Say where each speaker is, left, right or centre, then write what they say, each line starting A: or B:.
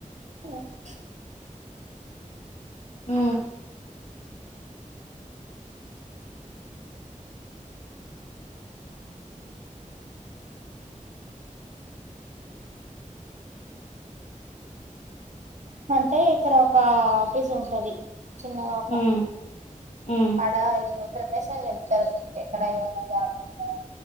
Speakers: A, on the right; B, on the left.
A: ఇంకా
B: హ
A: అంటే ఇక్కడ ఒక ఆఫీస్ ఉంటది చిన్నగా ఒక
B: ఉమ్ ఉమ్
A: అడ రమేష్ అని చెప్తరు ఎక్కడ ఏమన్నా జాబ్లు ఉన్నాయా